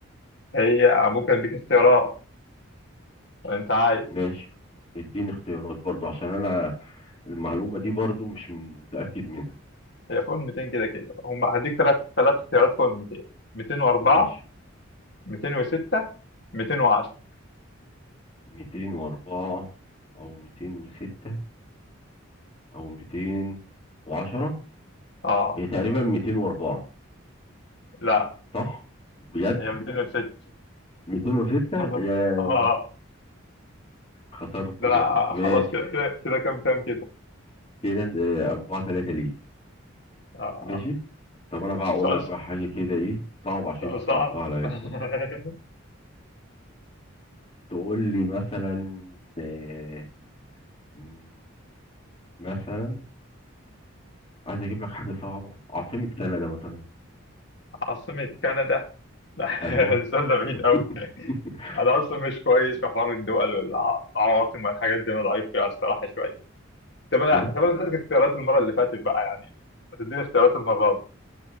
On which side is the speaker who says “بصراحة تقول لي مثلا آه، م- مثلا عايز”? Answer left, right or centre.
Left